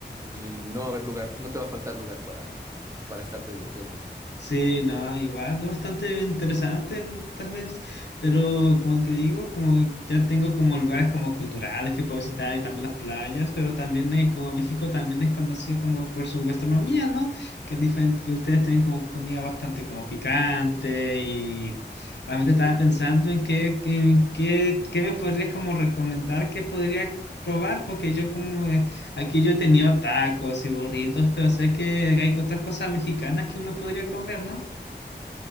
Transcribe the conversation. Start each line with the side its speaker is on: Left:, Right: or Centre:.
Right: y no va a haber lugar, no te va a faltar lugar para, para estarte divirtiendo.
Left: Sí, no, igual, es bastante interesante el Tazverse, pero como te digo, como ya tengo como lugares como culturales que puedo visitar y también las playas, pero también eh, como México también es conocido como por su gastronomía, ¿no? Que, es diferente, que ustedes tienen como comida bastante como picante y realmente estaba
Right: Uy.
Left: pensando en qué, en qué, qué me podrías como recomendar que podría probar, porque yo como Aquí yo he tenido tacos y burritos, pero sé que hay otras cosas mexicanas que uno podría comer, ¿no?